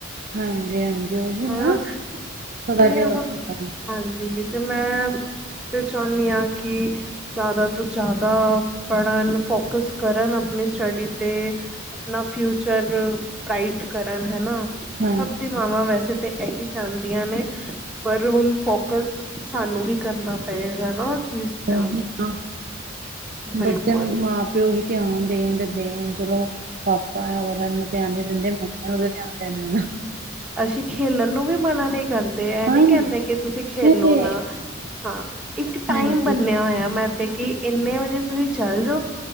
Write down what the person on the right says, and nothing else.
ਹਾਂਜੀ ਹਾਂਜੀ ਉਹੀ
ਨਾ ਥੋੜਾ
ਜਿਹਾ
<unintelligible>
ਹਾਂਜੀ
ਉਹੀ
ਤਾਂ
ਬੱਚੇ ਨੂੰ ਆਪ ਪਿਓ ਹੀ ਧਿਆਨ ਦੇਣ ਤਾਂ ਦੇਣ ਜਲੋਂ ਪਾਪਾ ਹੈ ਉਹ <unintelligible> ਧਿਆਨ ਨੀ ਦਿੰਦੇ ਮਮਾ ਉਹਦੇ ਧਿਆਨ ਦੇਣਾ ਨ <unintelligible>
ਹਾਂਜੀ
ਮੈਂ ਤੇ
ਹਾਂਜੀ